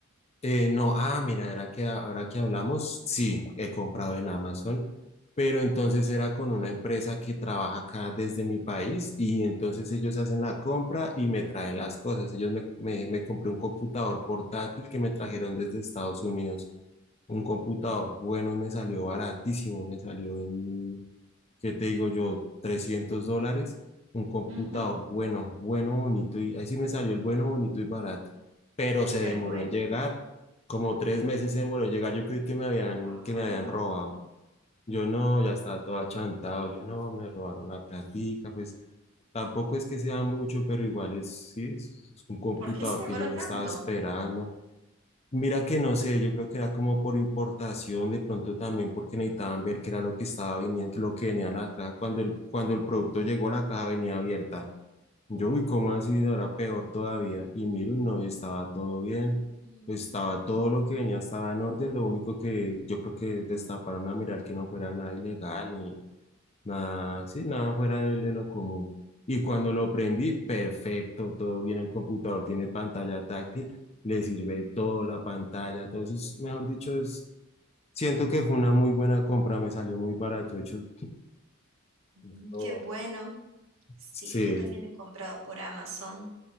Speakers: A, on the left (about 30°); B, on the right (about 65°).
A: Eh, no, ah, mira, era que a- ahora que hablamos, sí, he comprado en Amazon, pero entonces era con una empresa que trabaja acá desde mi país y entonces ellos hacen la compra y me traen las cosas. Ellos me, me, me compré un computador portátil que me trajeron desde Estados Unidos, un computador bueno y me salió baratísimo, me salió en ¿qué te digo yo? trescientos dólares, un computador
B: Ujú.
A: bueno, bueno, bonito, y ahí sí me salió el bueno, bonito y barato, pero se
B: Qué
A: demoró
B: bueno.
A: en llegar, como tres meses se demoró en llegar, yo creí que me habían,
B: Wow.
A: que me habían robado, yo no, ya estaba todo achantado, yo no, me robaron la platica, pues tampoco es que sea mucho, pero igual es, sí, es es un computador
B: ¿Por qué se demoró
A: que yo
B: tanto?
A: estaba esperando, Mira que no sé, yo creo que era como por importación, de pronto también porque necesitaban ver qué era lo que estaba viniendo, lo que venía a la caja. Cuando el, cuando el producto llegó, la caja venía abierta. Yo, uy, ¿cómo así? No Era peor todavía. Y miro, y no, y estaba todo bien.
B: Mm,
A: pues, Estaba todo lo que venía, estaba en orden. Lo único que yo creo que destaparon a mirar que no fuera nada ilegal, ni, Nada, sí, nada fuera de, de lo común. Y cuando lo prendí, perfecto, todo bien. El computador tiene pantalla táctil, le sirve todo la pantalla. todo Entonces, mejor dicho, es, siento que fue una muy buena compra, me salió muy barato. de hecho,
B: mm,
A: no,
B: Qué bueno. Sí,
A: sí,
B: yo también he comprado por Amazon.